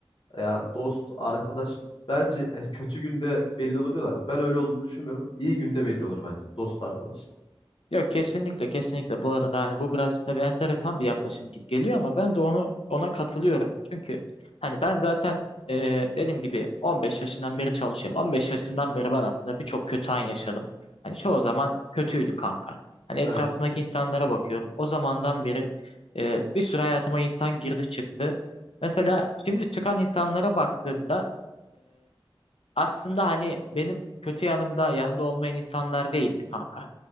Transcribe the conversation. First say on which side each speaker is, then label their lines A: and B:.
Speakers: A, on the left; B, on the left.
A: ya dost, arkadaş bence yani kötü günde belli olur diyorlar. Ben öyle olduğunu düşünmüyorum. İyi günde belli olur bence. Dost, arkadaş.
B: Yok kesinlikle kesinlikle bu arada hani bu biraz tabii enteresan bir yaklaşım gibi geliyor ama ben de onu ona katılıyorum. Çünkü hani ben zaten e, dediğim gibi 15 yaşından beri çalışıyorum. 15 yaşından beri ben aslında birçok kötü an yaşadım. Hani çoğu zaman kötüydü kanka. Hani etrafımdaki
A: Evet.
B: insanlara bakıyorum. O zamandan beri e, bir sürü hayatıma insan girdi çıktı. Mesela şimdi çıkan insanlara baktığımda aslında hani benim kötü yanımda yanımda olmayan insanlar değildi kanka.